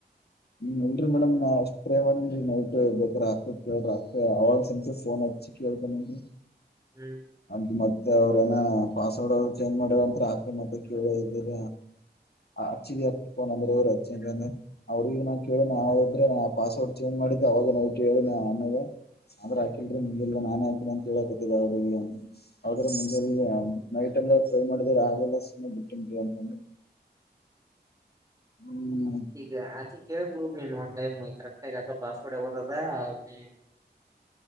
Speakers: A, on the left; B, on the right.
A: ಹ್ಮ್ ಇಲ್ರರಿ ಮೇಡಮ್ ನಾ ಅಷ್ಟೇವನ್ರಿ ನೋ ಬೇಕ ಕೇಳ್ರಿ <unintelligible> <unintelligible> ಕೇಳ್ಕೊಂಡ್ ಬಂದು.
B: ಹ್ಮ್
A: ಅ ಮತ್ತೆ ಅವ್ರ ಏನ ಪಾಸ್ವರ್ಡ್ ಅವ ಚೇಂಜ್ ಮಾಡವಂತ ಆಕ ಮತ್ತೆ ಕೇಳ ಇದೀರ ಅಚ್ಚಿದಫೋನ್ ಅಂದ್ರೆರು <unintelligible> ನಾ ಕೇಳಿ ನಾವುದ್ರೆ ಪಾಸ್ವರ್ಡ್ ಚೇಂಜ್ ಮಾಡಿ. ಅವಾಗ ನಾವು ಕೇಳ ಅಮೇಗೆ ಆದ್ರ
B: ಹ್ಮ್
A: ಹಾಕಲ್ ನಿಗೆಲ್ಲಾ ನಾನೇ ಹಾಕಿನನ ಅಂತ ಹೇಳಕತಿದ್ದ ಅವ್ರಿಗೆ. ಹದ್ರೆ ಮುಂಜಾನೆನೇ ನೈಟ್ ಎಲ್ಲ ಟ್ರೈ ಮಾಡಿದೆ ರೀ ಆಗಲ್ಲ ಸುಮ್ಮನೆ ಬಿಟ್ಟಿನ್ ರೀ ಅಂತಂದ್ರೆ.
B: ಹ್ಮ
A: ಹ್ಮ್
B: ಈಗ ಆಕೆ ಕೇಳ ಹೋಗ ನೀನ್ ಒಂದ್ ಟೈಮ್ ಕರೆಕ್ಟ್ ಆಗ ಯಾಕ ಪಾಸ್ವರ್ಡ್ ಆಗೋದದ ಅಕಿ.